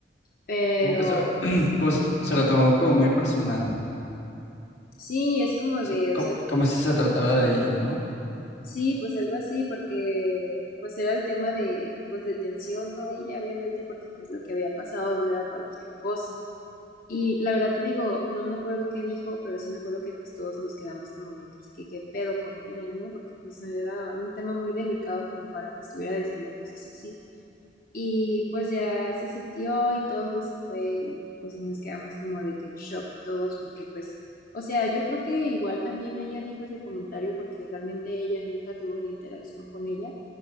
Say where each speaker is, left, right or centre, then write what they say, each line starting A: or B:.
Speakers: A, on the left; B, on the left.
A: Pero
B: Como que se,
A: pues,
B: <clears throat> como se se lo
A: ajá.
B: tomó como muy personal.
A: Sí, es como
B: sea,
A: de,
B: co-
A: o sea,
B: como, si se tratara de ellas, ¿no?
A: sí, pues algo así porque pues era el tema de pues de tensión, ¿no? Ella obviamente porque pues lo que había pasado no era cualquier cosa. Y la verdad te digo, no me acuerdo qué dijo, pero sí me acuerdo que pues todos nos quedamos como de pues, que qué pedo con ella, ¿no? Porque pues era un tema muy delicado como para que estuviera diciendo cosas así. Y pues ya se sintió y todo y se fue y pues sí nos quedamos como de que en shock todos porque pues, o sea, yo creo que igual también ella dijo ese comentario porque realmente ella nunca tuvo una interacción con ella